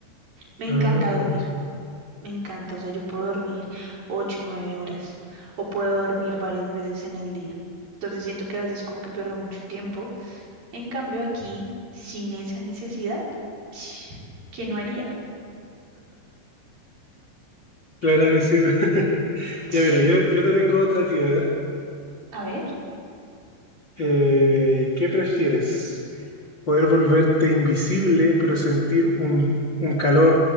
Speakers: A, on the right; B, on the left.
A: Me encanta
B: Ah,
A: dormir, me encanta, o sea, yo puedo dormir ocho, nueve horas o puedo dormir varias veces en el día. Entonces siento que a veces como que pierdo mucho tiempo. En cambio aquí, sin esa necesidad, <sniffs> ¿qué no haría?
B: claro que sí. <laughs>
A: <sighs>
B: Ya mira, yo, yo
A: <sniffs>
B: te tengo otra tía, a ver.
A: A ver,
B: Eh, ¿qué prefieres? poder volverte invisible, pero sentir un, un calor